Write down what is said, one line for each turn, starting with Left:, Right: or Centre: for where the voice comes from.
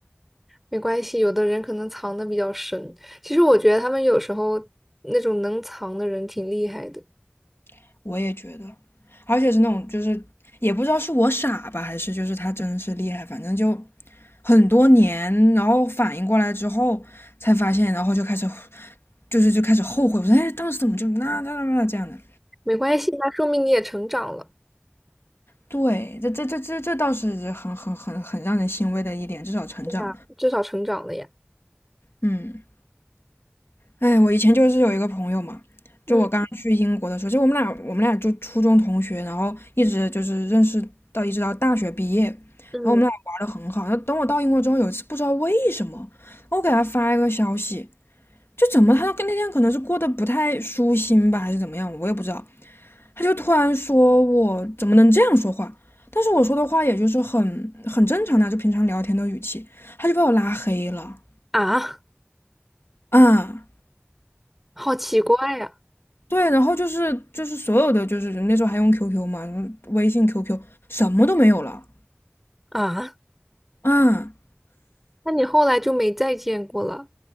Centre: 没关系。有的人可能藏的比较深，其实我觉得他们有时候那种能藏的人挺厉害的，
Left: <laughs> 我也觉得，而且是那种就是也不知道是我傻吧，还是就是他真是厉害，反正就很多年，然后反应过来之后才发现，然后就开始就是就开始后悔，我说哎当时怎么就那那那那这样的。
Centre: 没关系，那说明你也成长了，
Left: 对，这这这这这倒是很很很很让人欣慰的一点，至少成长了。
Centre: 对呀，至少成长了呀。
Left: 嗯，哎，我以前就是有一个朋友嘛，
Centre: 嗯
Left: 就我刚去英国的时候，就我们俩我们俩就初中同学，然后一直就是认识到一直到大学毕业，然后我们俩玩的很好。
Centre: 嗯，
Left: 然后等我到英国之后，有一次不知道为什么，我给他发一个消息，就怎么他跟那天可能是过得不太舒心吧，还是怎么样，我也不知道。他就突然说我怎么能这样说话？但是我说的话也就是很很正常的啊，就平常聊天的语气，他就把我拉黑了
Centre: 啊，
Left: 啊。嗯
Centre: <laughs> 好奇怪呀！
Left: 对，然后就是就是所有的就是那时候还用 QQ 嘛，微信、QQ 什么都没有了
Centre: 啊，
Left: 啊，嗯
Centre: 那你后来就没再见过了？